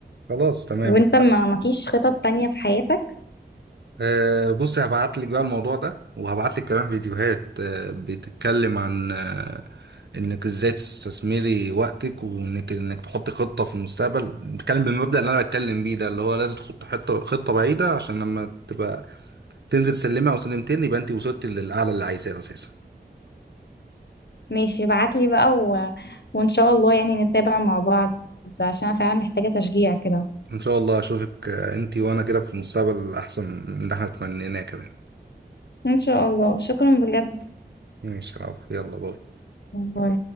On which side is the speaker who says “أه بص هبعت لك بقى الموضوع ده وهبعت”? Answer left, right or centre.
Right